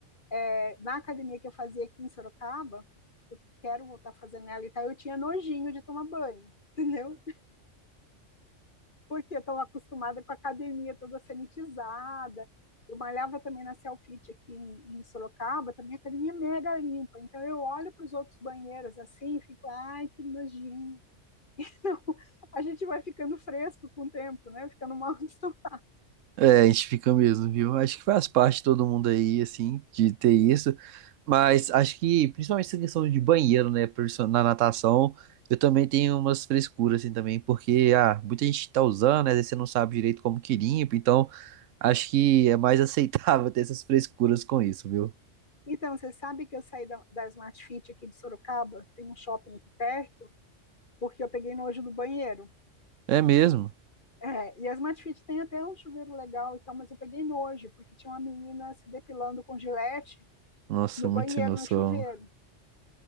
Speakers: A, on the left (about 40°); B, on the right (about 85°).
A: é, na academia que eu fazia aqui em Sorocaba, quero voltar a fazer nela e tal, eu tinha nojinho de tomar banho, <laughs> entendeu? porque eu estou acostumada com a academia toda sanitizada. Eu malhava também na Selfit aqui em, em Sorocaba, também a academia é mega limpa. Então eu olho para os outros banheiros assim e fico, ai, que nojinho. <laughs> Então, a gente vai ficando fresco com o tempo, né? Ficando mal <laughs> acostumado.
B: É, a gente fica mesmo, viu? Acho que faz parte de todo mundo aí, assim, de ter isso. Mas acho que, principalmente essa questão de banheiro, né? por isso, Na natação, eu também tenho umas frescuras, assim, também, porque, ah, muita gente tá usando, né? Às vezes você não sabe direito como que limpa, então acho que é mais aceitável <laughs> ter essas frescuras com isso, viu?
A: Então, você sabe que eu saí da, da Smart Fit aqui de Sorocaba, tem um shopping aqui perto, porque eu peguei nojo do banheiro.
B: É mesmo?
A: É, e a Smart Fit tem até um chuveiro legal e tal, mas eu peguei nojo, porque tinha uma menina se depilando com gilete
B: Nossa,
A: no
B: muito
A: banheiro,
B: sem noção.
A: no chuveiro,